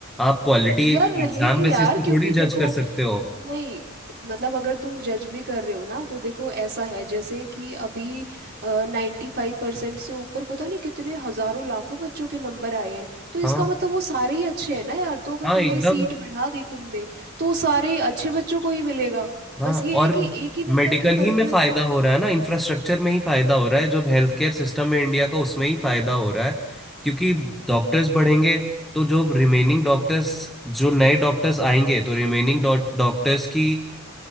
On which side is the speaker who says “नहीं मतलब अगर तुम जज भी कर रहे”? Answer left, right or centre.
Right